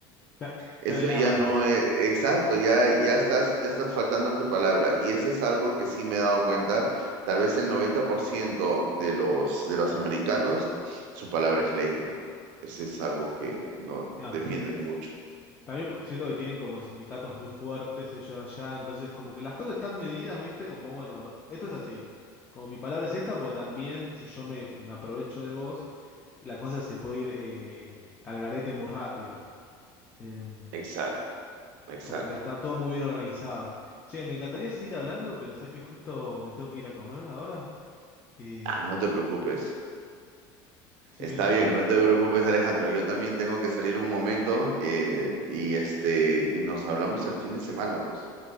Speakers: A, on the left (about 15°); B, on the right (about 70°).
A: Ya,
B: eso
A: ya no hay nada
B: ya
A: más.
B: no es, exacto, ya, ya estás, ya estás faltando a tu palabra. Y ese es algo que sí me he dado cuenta, tal vez el 90% de los, de los americanos, su palabra es ley, ¿no? Ese es algo que no
A: No.
B: defienden mucho.
A: También po- siento que tienen como sindicatos muy fuertes ellos allá, entonces como que las cosas están medidas, ¿viste? Como, bueno, esto es así. Como mi palabra es esta, porque también si yo me, me aprovecho de vos, la cosa se puede ir eh, al garete muy rápido. Em,
B: Exacto, exacto.
A: como que está todo muy bien organizado. Che, me encantaría seguir hablando, pero sé que justo me tengo que ir a comer ahora. Eh,
B: Ah, no te preocupes.
A: así
B: Está
A: que nada,
B: bien, no te preocupes, Alejandro. Yo también tengo que salir un momento, eh, y este, y nos hablamos el fin de semana, pues.